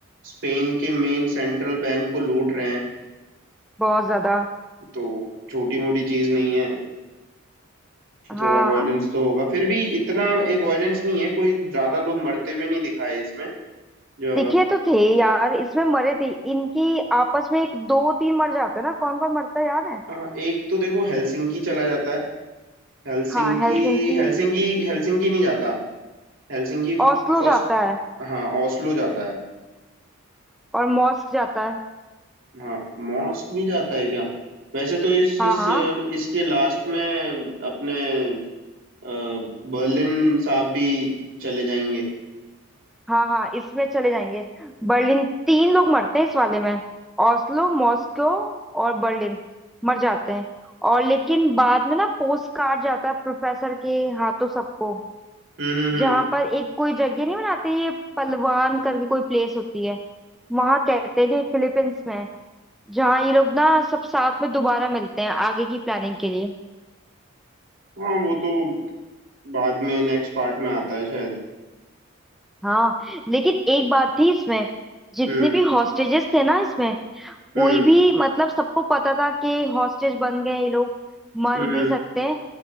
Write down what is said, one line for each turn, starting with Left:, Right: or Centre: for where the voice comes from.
Right: स्पेन के मेन सेंट्रल बैंक को लूट रहे हैं
Centre: बहुत ज्यादा
Right: तो छोटी मोटी चीज नहीं है
Centre: हाँ
Right: थोड़ा वायलेंस तो होगा फिर भी इतना ये वायलेंस नहीं है कोई ज्यादा लोग मरते हुए नहीं दिखाए इसमें जो
Centre: दिखे तो थे यार इसमें मरे थे इनकी आपस में एक दो तीन मर जाते हैं ना कौन कौन मरता है याद है
Right: हाँ एक तो देखो हेलसिंकी चला जाता है हेलसिंकी
Centre: हाँ हेलसिंकी
Right: हेलसिंकी हेलसिंकी नहीं जाता Helsinki
Centre: ओस्लो
Right: first
Centre: जाता है
Right: हाँ ओस्लो जाता है
Centre: और मॉस्क जाता है
Right: हाँ मॉस्क भी जाता है क्या वैसे तो इस, इस
Centre: हाँ हाँ
Right: इसके लास्ट में अपने अ, बर्लिन साहब भी चले जाएंगे
Centre: हाँ हाँ इसमें चले जाएंगे बर्लिन तीन लोग मरते हैं इस वाले में ओस्लो मॉस्को और बर्लिन मर जाते हैं और लेकिन बाद में ना पोस्ट कार्ड जाता है प्रोफेसर के हाथों सबको
Right: हम्म हम्म
Centre: जहां
Right: हम्म
Centre: पर एक कोई जगह नहीं बनाती ये पलवान करके कोई प्लेस होती है वहां कहते हैं कि फिलीपींस में है, जहाँ ये लोग ना सब साथ में दोबारा मिलते हैं आगे की प्लानिंग के लिए
Right: हाँ वो तो बाद में नेक्स्ट पार्ट में आता है शायद
Centre: हाँ लेकिन एक बात थी इसमें जितने
Right: हम्म
Centre: भी हॉस्टेजेस थे ना इसमें कोई
Right: हम्म
Centre: भी मतलब सबको पता था कि हॉस्टेज बन गए ये लोग मर
Right: हम्म
Centre: भी सकते हैं